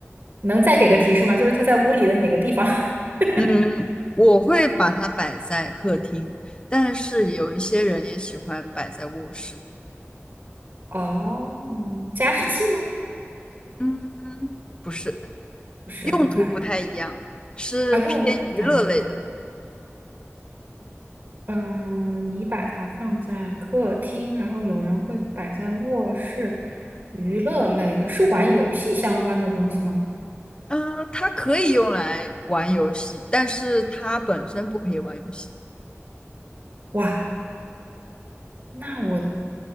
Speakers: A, on the right; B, on the left.
A: 能再给个提示吗？就是它在屋里的哪个地方？<laughs>
B: 嗯，我会把它摆在客厅，但是有一些人也喜欢摆在卧室。
A: 哦，加湿器吗？
B: 嗯，不是，
A: 不是，OK，
B: 用途不太一样，是偏娱乐类的。
A: 啊，用途不太一样。嗯、你把它放在客厅，然后有人会摆在卧室。娱乐类的，是玩游戏相关的东西吗？
B: 嗯、它可以用来玩游戏，但是它本身不可以玩游戏。
A: 哇，那我